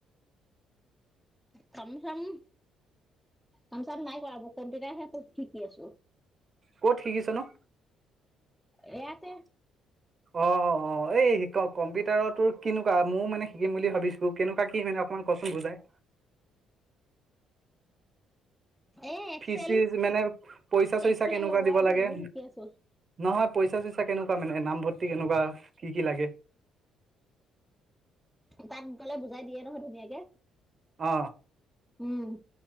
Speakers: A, in the centre; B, on the right (about 35°).
A: কম চাম কাম চাম নাই কৰা মই কম্পিউটাৰহে, শিকি আছো।
B: ক'ত শিকিছ নো?
A: এয়াতে
B: অ অ অ এই শিক কম্পিউটাৰৰ, তোৰ কেনেকুৱা ময়ও মানে শিকিম বুলি ভাবিছো। কেনেকুৱা কি মানে অকমান কচোন বুজাই।
A: এ এক্সেল
B: ফিজ- চিজ মানে পইচা- চইচা
A: এক্সেল
B: কেনেকুৱা
A: ৱৰ্ড
B: দিব লাগে।
A: সেইবোৰ শিকি আছো
B: নহয় পইচা চইচা কেনেকুৱা মানে নামভৰ্তি, কেনেকুৱা কি কি লাগে।
A: তাত গলে বুজাই দিয়ে নহয় ধুনীয়াকে
B: অ
A: উম'